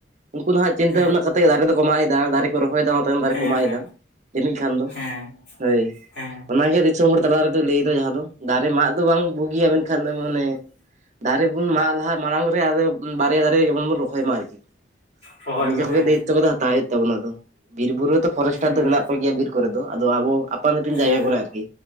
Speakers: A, on the right (about 40°); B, on the left (about 70°).
A: ᱩᱱᱠᱩ ᱱᱟᱦᱟᱸᱜ ᱪᱤᱱᱛᱟᱹ
B: ᱦᱮᱸ
A: ᱵᱷᱟᱵᱱᱟ ᱠᱟᱛᱮᱜ ᱫᱟᱨᱮ ᱫᱚᱠᱚ ᱢᱟᱜ ᱮᱫᱟ ᱫᱟᱨᱮ ᱨᱚᱦᱚᱭᱟ ᱫᱟ ᱛᱟᱭᱚᱢ ᱫᱟᱨᱮ
B: ᱦᱮᱸ
A: ᱠᱚ ᱢᱟᱜ
B: ᱦᱮᱸ
A: ᱮᱫᱟ ᱡᱟᱹᱱᱤᱡ ᱠᱷᱟᱱ ᱫᱚ
B: ᱦᱮᱸ
A: ᱦᱳᱭ,
B: ᱦᱮᱸ
A: ᱚᱱᱟ ᱤᱛᱟᱹ ᱫᱤᱥ ᱫᱤᱥᱚᱢ ᱦᱚᱲ ᱛᱟᱞᱟ ᱨᱮᱫᱚ ᱞᱟᱹᱭ ᱫᱚ ᱡᱟᱦᱟᱸ ᱫᱚ ᱫᱟᱨᱮ ᱢᱟᱜ ᱫᱚ ᱵᱟᱝ ᱵᱩᱜᱤᱭᱟ ᱢᱮᱱ ᱠᱷᱟᱱ ᱫᱚ ᱢᱟᱱᱮ ᱫᱟᱨᱮ ᱵᱚᱱ ᱢᱟᱜ ᱞᱟᱦᱟ ᱢᱟᱲᱟᱝ ᱜᱮ ᱟᱫᱚ ᱵᱟᱨᱭᱟ ᱫᱟᱨᱮ ᱡᱮᱢᱚᱱ ᱵᱚᱱ ᱨᱚᱦᱚᱭ ᱢᱟ ᱟᱨᱠᱤ,
B: ᱨᱚᱦᱚᱭ
A: ᱱᱤᱡᱮ
B: ᱢᱮ
A: ᱛᱮᱜᱮ
B: ᱦᱮᱸ
A: ᱫᱟᱹᱭᱤᱛᱛᱚ ᱠᱟᱛᱮ ᱦᱟᱛᱟᱣ ᱦᱩᱭᱩᱜ ᱛᱟᱵᱚᱱᱟ ᱟᱫᱚ ᱵᱤᱨ ᱵᱩᱨᱩ ᱨᱮᱫᱚ ᱯᱷᱚᱨᱮᱥᱴᱟᱨ
B: ᱦᱮᱸ
A: ᱫᱚ ᱢᱮᱱᱟᱜ ᱠᱚᱜᱮᱭᱟ ᱵᱤᱨ ᱠᱚᱨᱮ ᱫᱚ ᱟᱫᱚ ᱟᱵᱚ ᱟᱯᱟᱱ ᱟᱹᱯᱤᱱ
B: ᱦᱮᱸ
A: ᱡᱟᱭᱜᱟ
B: ᱦᱮᱸ
A: ᱠᱚᱨᱮ ᱟᱨᱠᱤ